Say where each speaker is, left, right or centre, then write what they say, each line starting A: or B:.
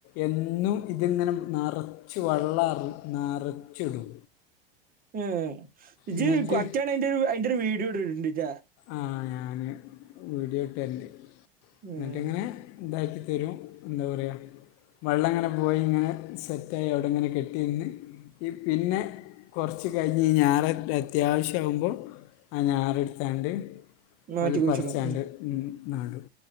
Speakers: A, on the left; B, on the right.
A: എന്നും ഇത്ങ്ങനെ നറച്ച് വള്ളാണ് നറച്ചിടും
B: ആഹ്
A: എന്നിട്ട്
B: ജ്ജ് കൊറ്റാണയിന്റെ അയിൻ്റെരു വീഡിയോ ഇടോണ്ടിട്ടൊ
A: ആ ഞാന് വീഡിയോ ഇട്ടരൻ്റ്
B: ഉം
A: ന്നട്ടിങ്ങനെ ഇതാക്കി തെരും എന്താപറയ വള്ളംങ്ങനെ പോയി ങ്ങനെ സെറ്റായി അവിടെങ്ങനെ കെട്ടി നിന്ന് ഇ പിന്നെ കൊറച്ച് കഴിഞ്ഞ് ഞാറ് അത്യാവിശ്യാകുമ്പോൾ ആഹ് ഞാറ്ട്ത്താണ്ട്
B: മാറ്റി
A: ഓല്
B: കുഴിച്ചിടും
A: പ്പറിച്ചാണ്ട് ഉം നാടും